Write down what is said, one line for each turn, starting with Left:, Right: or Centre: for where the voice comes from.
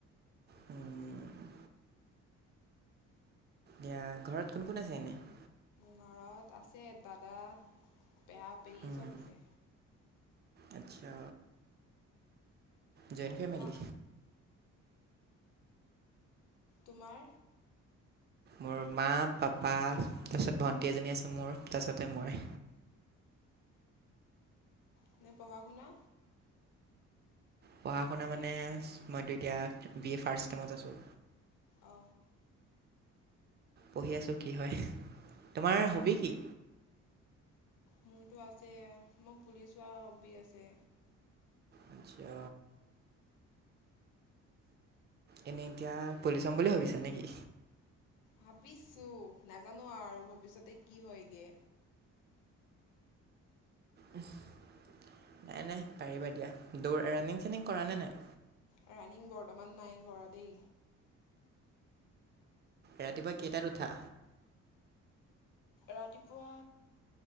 Right: এতিয়া দিয়া ঘৰত কোন কোন আছে এনেগ
Left: ঘৰত আছে দাদা, পেহা-পেহী
Right: উম,
Left: চব আছে
Right: আচ্ছা জইণ্ট ফেমেলি
Left: তোমাৰ তোমাৰ
Right: মোৰ মা পাপা তাৰপিছত ভণ্টি এজনী আছে মোৰ তাৰপিছতে মই
Left: মানে পঢ়া শুনা
Right: পঢ়া শুনা মানে মইতো এতিয়া বি এ ফাৰ্ষট চেমট আছোঁ
Left: অ
Right: পঢ়ি আছো কি হয় তোমাৰ
Left: অঁ
Right: হবি কি?
Left: মোৰতো আছে মোৰ পুলিচহোৱা হবি আছে
Right: আচ্ছা এনেই এতিয়া পলিচ সম বুলি ভাবিছা নেকি?
Left: ভাবিছোঁ নাজানো আৰু ভৱিষ্যতে কি হয়গে।
Right: নাই নাই পাৰিবা দিয়া দৌৰ ৰানিং সানিং কৰা নে নাই?
Left: ৰানিং বৰ্তমান নাই কৰা দেই
Right: ৰাতিপুৱা কেইটাত উঠা
Left: ৰাতিপুৱা